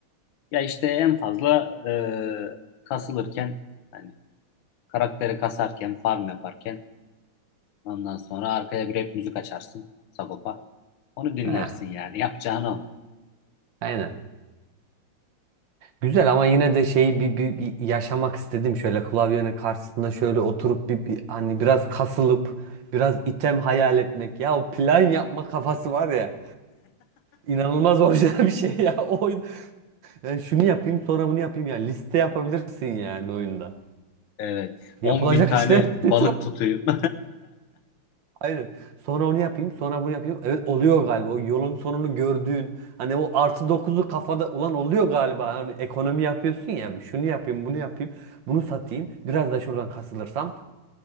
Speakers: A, on the left; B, on the right.
A: Ya işte en fazla e, kasılırken hani karakteri kasarken farm yaparken ondan sonra arkaya bir rap müzik açarsın Sagopa. Onu dinlersin
B: Heh.
A: yani <laughs> yapacağın o.
B: Aynen. Güzel ama yine de şeyi bir, bir, bir yaşamak istedim şöyle klavyenin karşısında şöyle oturup bir, bir hani biraz kasılıp biraz item hayal etmek ya o plan yapma kafası var ya inanılmaz <laughs> orijinal bir şey ya <laughs> o oyun yani şunu yapayım sonra bunu yapayım ya liste yapabilirsin yani oyunda
A: Evet. 10
B: yapılacak
A: bin tane
B: işler <laughs> listesi
A: balık tutuyup
B: Aynen. Sonra onu yapayım, sonra bunu yapayım. Evet oluyor galiba. O yolun sonunu gördüğün hani o artı dokuzu kafada ulan oluyor galiba. Hani ekonomi yapıyorsun ya. Şunu yapayım, bunu yapayım. Bunu satayım. Biraz da şuradan kasılırsam.